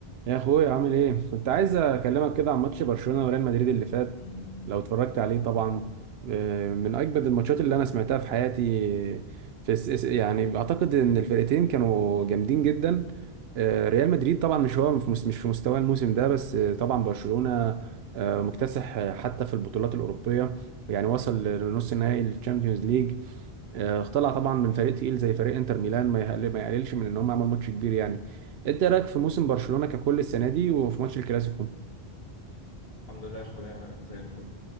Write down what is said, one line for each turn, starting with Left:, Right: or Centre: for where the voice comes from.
Right: يا اخويا عامل ايه كنت عايز اكلمك كده عن ماتش برشلونة وريال مدريد اللي فات
Left: الحمد
Right: لو اتفرجت عليه طبعا آه، من اجمد الماتشات اللي انا سمعتها في حياتي في الس- الس- يعني اعتقد ان الفرقتين كانوا جامدين جدا آه، ريال مدريد طبعا مش هو في مس- مش في مستوى الموسم ده بس آه، طبعا برشلونة آه، مكتسح آه، حتى في البطولات الأوروبية يعني وصل لنص نهائي الشامبيونز ليج آه، طلع طبعا من فريق تقيل زي فريق انتر ميلان ما يقل- ما يقللش من ان هم عملوا ماتش كبير يعني انت إيه رايك في موسم برشلونة ككل السنة دي وفي ماتش الكلاسيكو
Left: لله يا اخويا زي الفل